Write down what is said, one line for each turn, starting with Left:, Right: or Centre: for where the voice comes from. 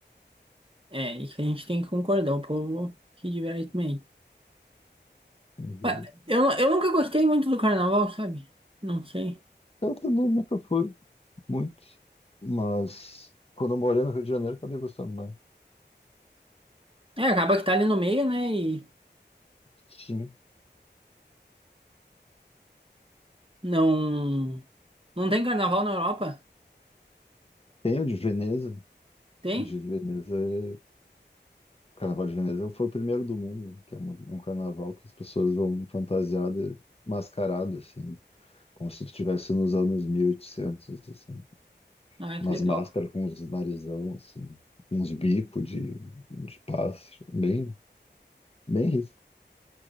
Right: É, isso a gente tem que concordar, o povo se diverte bem.
Left: E
Right: Mas Eu, eu nunca gostei muito do carnaval, sabe? Não sei.
Left: eu também nunca fui muito, mas quando eu morei no Rio de Janeiro acabei gostando mais.
Right: É, acaba que tá ali no meio, né? E
Left: Sim.
Right: não. Não tem carnaval na Europa?
Left: Tem o de Veneza,
Right: Tem?
Left: de Veneza é... O Carnaval de Veneza foi o primeiro do mundo, que é uma- um carnaval que as pessoas vão fantasiadas, mascaradas, assim, Como se tu estivesse nos anos 1800 assim.
Right: Ah,
Left: Umas
Right: que legal.
Left: máscaras com uns narizão, assim. Uns bicos de, de pássaro. Bem, bem rico.